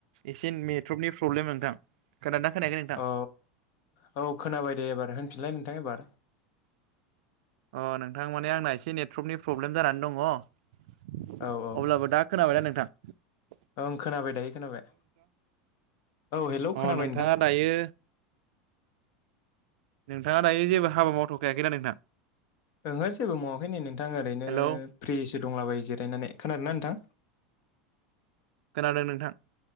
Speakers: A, on the right; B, on the left.
A: एसे नेेटवर्कनि प्रब्लेम नोंथां खोनादोंना खोनायाखै नोंथां
B: औ औ औ खोनाबाय दे एबार होनफिनलाय नोंथां एबार
A: अ नोंथां माने आंना एसे नेटवर्कनि प्रब्लेम जानानै दङ अब्लाबो
B: औ औ
A: दा खोनाबाय ना नोंथ <unintelligible>
B: ओं खोनाबाय दायो खोनाबाय औ हेल'
A: अ
B: खोनाबाय
A: नोंथाङा
B: नोंथां
A: दायो नोंथाङा दायो जेबो हाबा मावथ'खायाखैदा नोंथां
B: ओहो जेबो मावाखै नै नोंथां ओरैनो
A: हेलौ
B: फ्रिसो दंलाबायो जिरायनानै खोनादों ना नोंथां
A: खोनादों नोंथां